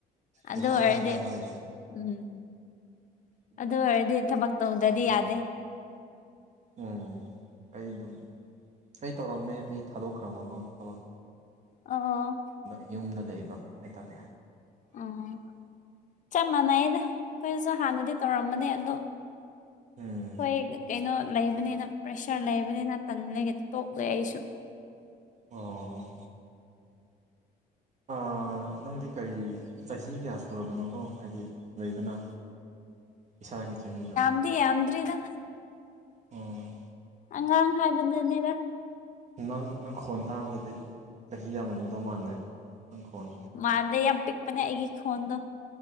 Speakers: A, on the left; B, on the right.
A: ꯑꯗꯨ
B: ꯌꯦꯟꯁꯥꯡꯗ
A: ꯑꯣꯏꯔꯗꯤ
B: ꯈꯔ ꯍꯣꯏ
A: ꯎꯝ
B: ꯎꯝ
A: ꯑꯗꯨ ꯑꯣꯏꯔꯗꯤ ꯊꯕꯛ ꯇꯧꯗꯗꯤ
B: ꯑꯗꯨꯝ
A: ꯌꯥꯗꯦ
B: ꯎꯝ ꯑꯩ ꯑꯗꯨꯝ ꯑꯩ ꯇꯧꯔꯝꯃꯦ ꯑꯩ ꯊꯥꯗꯣꯛꯈ꯭ꯔꯕꯀꯣ ꯊꯕꯛ
A: ꯑꯣ
B: <unintelligible> ꯌꯨꯝꯗ ꯂꯩꯕ ꯍꯥꯏꯇꯥꯔꯦ
A: ꯎꯝ ꯆꯞ ꯃꯥꯟꯅꯩꯗ ꯑꯩꯈꯣꯏꯁꯨ ꯍꯥꯟꯅꯗꯤ ꯇꯧꯔꯝꯕꯅꯦ ꯑꯗꯣ
B: ꯎꯝ
A: ꯑꯩꯈꯣꯏ ꯀꯩꯅꯣ ꯂꯩꯕꯅꯤꯅ ꯄ꯭ꯔꯦꯁꯔ ꯂꯩꯕꯅꯤꯅ ꯇꯟ ꯂꯩꯒ ꯇꯣꯛꯂꯦ ꯑꯩꯁꯨ
B: ꯑꯣ ꯑ ꯅꯪꯗꯤ ꯀꯔꯤ ꯆꯍꯤ ꯀꯌꯥ ꯁꯨꯔꯕꯅꯣꯀꯣ ꯍꯥꯏꯗꯤ ꯂꯩꯗꯅ ꯏꯁꯥꯒꯤ ꯆꯍꯤꯗꯣ
A: <unintelligible> ꯌꯥꯝꯗ꯭ꯔꯤꯗ
B: ꯑꫭ
A: ꯑꯉꯥꯡ ꯍꯥꯏꯕꯗꯨꯅꯤꯗ
B: ꯅꯪ ꯅꯪ ꯈꯣꯟ ꯇꯥꯕꯗꯗꯤ ꯆꯍꯤ ꯌꯥꯝꯃꯝꯒꯗꯧ ꯃꯥꯟꯗꯦ ꯅꯪ ꯈꯣꯟ
A: ꯃꯥꯟꯗꯦ ꯌꯥꯝ ꯄꯤꯛꯄꯅꯦ ꯑꯩꯒꯤ ꯈꯣꯟꯗꯣ